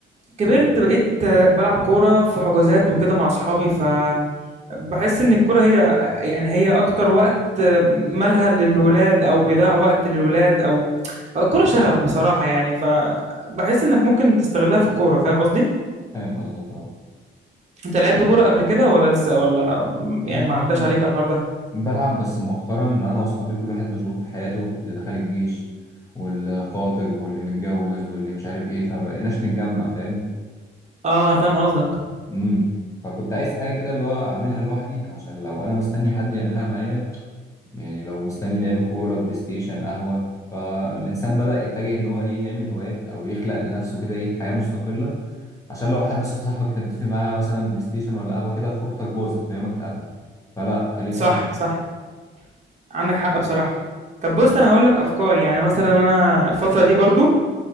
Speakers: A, on the right; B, on the left.
A: كبرت بقيت آه، بلعب كوره في حجوزات وكده مع اصحابي فبحس ان الكوره هي يعني هي اكتر وقت آه، مالها للولاد او بيضيع وقت للولاد او أو الكوره شغف بصراحه يعني فبحس انك ممكن تستغلها في الكوره فاهم قصدي
B: فاهم قصدك اه
A: انت لعبت كوره قبل كده ولا لسه ولا
B: يعني
A: يعني ما عداش عليك الحوار ده
B: بلعب بس مؤخرا انا واصحابي كل واحد مشغول في حياته اللي دخل الجيش واللي خاطب واللي متجوز واللي مش عارف ايه فمبقيناش نتجمع فاهم
A: اه انا فاهم قصدك
B: امم فكنت عايز حاجه كده اللي هو اعملها لوحدي عشان لو انا مستني حد يعملها معايا يعني لو مستني لعب كوره بلاي ستيشن قهوه فالانسان بدأ يتجه ان هو ايه يعمل هوايات او يخلق لنفسه كده ايه حياه مستقله عشان لو حد صاحبك انت متفق معاه مثلا بلاي ستيشن ولا قهوه كده خروجتك باظت فاهمك اتقفل فلا تخليك
A: صح صح عندك حق بصراحه طب بص انا هقول لك افكار يعني مثلا انا الفتره دي برضو